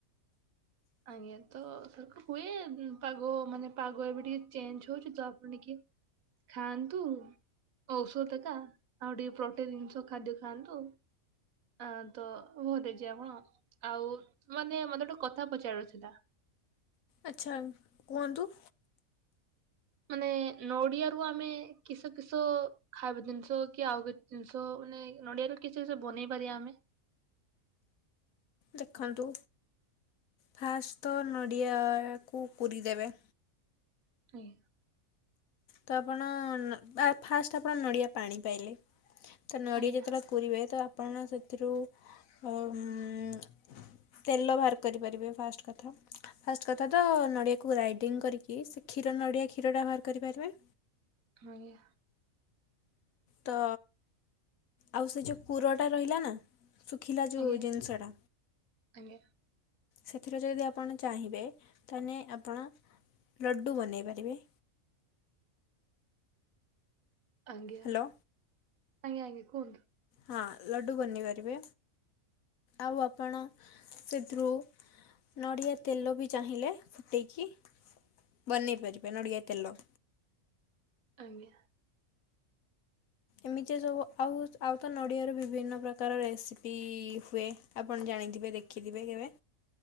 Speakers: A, on the right (about 80°); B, on the left (about 80°).
A: ଆଜ୍ଞା, ତ ହୁଏ ପାଗ ମାନେ ପାଗ ଏବେ ଟିକେ ଚେଞ୍ଜ୍ ହଉଛି ତ ଆପଣ ଟିକେ ଖାଆନ୍ତୁ, ଔଷଧ ଏକା ଆଉ ଟିକେ ପ୍ରୋଟିନ୍ ଜିନିଷ ଖାଦ୍ୟ ଖାଆନ୍ତୁ। ଆଁ ତ ଭଲ ହେଇଯିବେ ଆପଣ, ଆଉ ମାନେ ମତେ ଗୋଟେ କଥା ପଚାରାର ଥିଲା।
B: ଆଚ୍ଛା, କୁହନ୍ତୁ।
A: ମାନେ ନଡିଆରୁ ଆମେ କିସ କିସ ଖାଇବା ଜିନିଷ କି ଆଉ କିଛି ଜିନିଷ ମାନେ ନଡିଆରେ କିସ କିସ ବନେଇ ପାରିବା ଆମେ?
B: ଦେଖନ୍ତୁ, ଫାଷ୍ଟ୍ ତ ନଡ଼ିଆକୁ କୁରି ଦେବେ।
A: ଆଜ୍ଞା।
B: ତ ଆପଣ-ଅ-ଅ ଫାଷ୍ଟ୍ ଆପଣ ନଡ଼ିଆ ପାଣି ପାଇଲେ, ତ ନଡ଼ିଆ
A: ଆଜ୍ଞା
B: ଯେତେବେଳେ କୋରିବେ ତ ଆପଣ ସେଥିରୁ ଅ ଉଁ-ଉଁ-ଉଁ ତେଲ ବାହାର କରିପାରିବେ ଫାଷ୍ଟ୍ କଥା। ଫାଷ୍ଟ୍ କଥା ତ ନଡ଼ିଆକୁ ଗ୍ରାଇଡିଙ୍ଗ୍ କରିକି ସେ କ୍ଷୀର ନଡ଼ିଆ କ୍ଷୀରଟା ବାହାର କରିପାରିବେ।
A: ଆଜ୍ଞା।
B: ତ ଆଉ ସେ ଯୋଉ କୁରଟା ରହିଲା ନା ଶୁଖିଲା ଯୋଉ
A: ଆଜ୍ଞା
B: ଜିନିଷଟା
A: ଆଜ୍ଞା।
B: ସେଥିରେ ଯଦି ଆପଣ ଚାହିଁବେ ତାନେ ଆପଣ ଲଡ଼ୁ ବନେଇ ପାରିବେ।
A: ଆଜ୍ଞା,
B: ହ୍ୟାଲୋ
A: ଆଜ୍ଞା ଆଜ୍ଞା କୁହନ୍ତୁ।
B: ହଁ ଲଡ଼ୁ ବନେଇ ପାରିବେ, ଆଉ ଆପଣ ସେଥିରୁ ନଡିଆ ତେଲ ବି ଚାହିଁଲେ ଫୁଟେଇକି ବନେଇ ପାରିବେ ନଡିଆ ତେଲ।
A: ଆଜ୍ଞା।
B: ଏମିତି ସବୁ ଆଉ, ଆଉ ତ ନଡ଼ିଆରୁ ବିଭିନ୍ନ ପ୍ରକାର ରେସିପି-ଇ-ଇ ହୁଏ। ଆପଣ ଜାଣିଥିବେ ଦେଖିଥିବେ କେବେ?